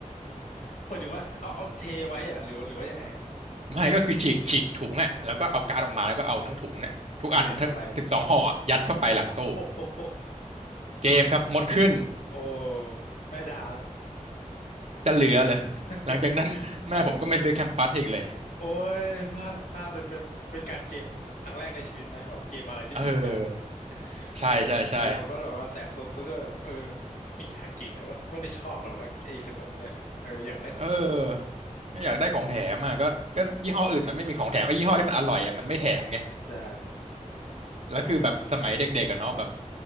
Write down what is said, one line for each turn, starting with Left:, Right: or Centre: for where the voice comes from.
Left: หมายถึงว่าเอาเอาเทไว้เหรอะหรือหรือว่ายังไงฮะ
Right: ไม่ก็คือฉีกฉีกถุงอ่ะแล้วก็เอาการ์ดออกมาแล้วก็เอาทั้งถุงเนี่ยทุกอัน
Left: อ๋อยัดเข้าไป
Right: สิบสองห่ออะยัดเข้าไปหลังตู้
Left: <laughs> โอ้โห
Right: เกมครับหมดขึ้น
Left: โอ้แม่ดา
Right: จะเหลือเลยหลังจากนั้นแม่ผมก็ไม่ซื้อแคมปัสอีกเลย
Left: <laughs> โอ้ยพลาดพลาดเป็นเป็นเป็นการเกมครั้งแรกในชีวิตไหมแบบเกมอะไรที่จริงจัง
Right: เออ
Left: <laughs>
Right: ใช่ใช่ใช่
Left: เออไอเราก็แบบว่าแสบซนซะด้วยแบบเออไม่อยากกินนะก็ไม่ได้ชอบหรอกนะไอขนมเนี่ยเอออยากได้ของแถม
Right: เออไม่อยากได้ของแถมอ่ะก็ก็ยี่ห้ออื่นมันไม่มีของแถมไอ้ยี่ห้อที่มันอร่อยอ่ะมันไม่แถมไง
Left: ใช่
Right: แล้วคือแบบสมัยเด็กๆกันเนาะแบบ